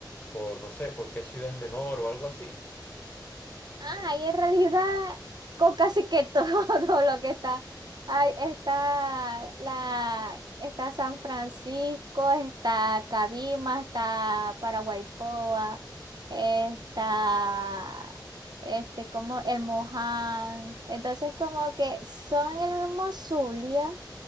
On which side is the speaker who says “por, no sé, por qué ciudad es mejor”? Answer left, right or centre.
Left